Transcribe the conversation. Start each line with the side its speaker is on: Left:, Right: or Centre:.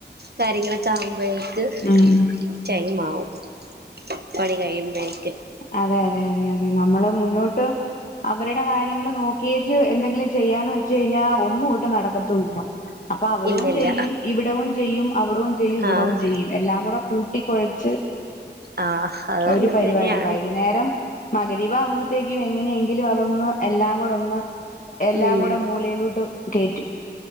Right: കാര്യങ്ങളൊക്കെയാകുമ്പഴേ യിത്
Left: ഉം
Right: ടൈമാകും പണി കഴിയുമ്പഴേക്ക്.
Left: അതെ അതെ അതെ അതെ. നമ്മള് മുന്നോട്ട്. അവരെടെ കാര്യങ്ങള് നോക്കിയേച്ച് എന്തെങ്കിലും ചെയ്യാന്ന് വെച്ച് കഴിഞ്ഞാ ഒന്നു ഒട്ടും നടക്കത്തുമില്ല. അപ്പൊ അവടോം
Right: ഇല്ല
Left: ചെയ്യും.
Right: ഇല്ല
Left: ഇവടോം ചെയ്യും. അവടോം ചെയ്യും. ഇവടോം
Right: ആഹ്
Left: ചെയ്യും. എല്ലാക്കൂടെ കൂട്ടിക്കൊഴച്ച്.
Right: ആഹ് അതങ്ങനെ
Left: ഒരു പരിപാടി
Right: തന്നെയാ.
Left: വൈകുന്നേരം മഗരീവ് ആകുമ്പോത്തേക്ക് എങ്ങനെയെങ്കിലും അതൊന്ന് എല്ലാക്കൂടൊന്ന് എല്ലാക്കൂടെ
Right: ഉം
Left: മൂലയിലോട്ട് കേറ്റും.